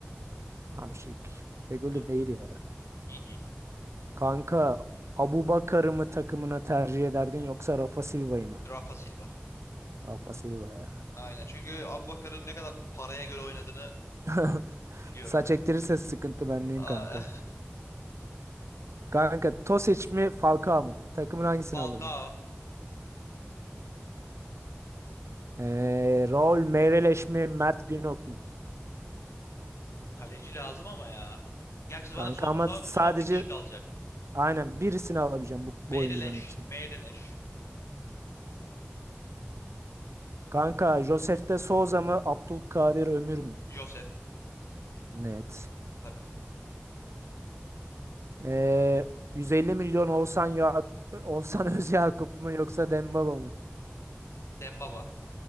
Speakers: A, on the right; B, on the left.
A: Hamşik. Feghouli
B: Aynen.
A: değil ya.
B: İyi değil.
A: Kanka Abubakar'ı mı takımına tercih ederdin yoksa Rafa Silva'yı mı?
B: Rafa Silva.
A: Rafa Silva ya.
B: Aynen. Çünkü Abubakar'ın ne kadar paraya göre oynadığını
A: <laughs>
B: biliyorum
A: Saç
B: ben.
A: ektirirse sıkıntı bendeyim
B: Aa,
A: kanka. Kanka Tosic mi Falcao mu? Takımın hangisini
B: <laughs> Falcao.
A: alırdın? Ee, Raul Meireles mi Mert Günok mu?
B: Kaleci lazım ama ya. Gerçi
A: Kanka
B: bana son
A: ama
B: son,
A: sadece
B: son bir kişi kalacak.
A: aynen birisini alabileceğim bu,
B: Meireles.
A: bu oyuncuların için.
B: Meireles.
A: Kanka Josef de Souza mı Abdülkadir Ömür mü?
B: Josep.
A: Net.
B: Tabii.
A: Ee, 150 milyon Oğuzhan, ya Oğuzhan <laughs> Özyakup
B: <laughs>
A: mu yoksa Dembaba mı?
B: Dembaba.